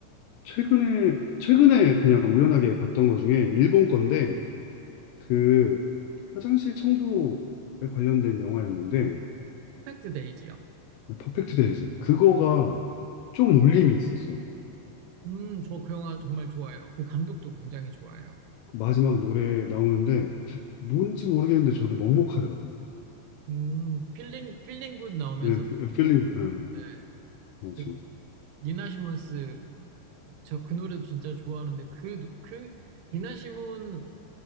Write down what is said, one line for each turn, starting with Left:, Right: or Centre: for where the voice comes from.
Left: 최근에 최근에 그냥 우연하게 봤던 것 중에 일본 건데 그 화장실 청소에 관련된 영화였는데
Right: 퍼펙트 데이지요.
Left: 퍼펙트 데이즈 그거가 좀 울림이 있었어.
Right: 음, 저 그 영화 정말 좋아요. 그 감독도 굉장히 좋아요.
Left: 그 마지막 노래 나오는데 뭔지 모르겠는데 저도 먹먹하더라고요.
Right: 음, 필링, 필링 굿 나오면서
Left: 예, 피-
Right: 끝나죠.
Left: 필링, 예,
Right: 네. 그,
Left: 맞지.
Right: 니나 시몬스, 저 그 노래도 진짜 좋아하는데, 그, 노- 그, 니나 시몬